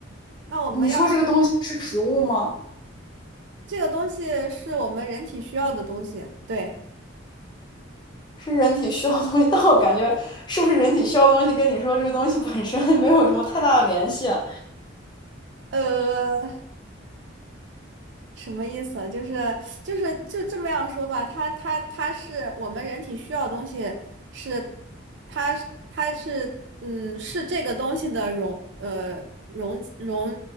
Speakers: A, on the right; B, on the left.
A: 那我们要
B: 你说这个东西是食物吗？
A: 这个东西是我们人体需要的东西。对，
B: 是人体需要的东西，但我感觉是不是人体需要的东西跟你说这个东西本身没有什么太大的联系啊
A: 呃。什么意思啊就是就是就这么样说吧，它它它是我们人体需要的东西是，它是它是嗯是这个东西的容呃容容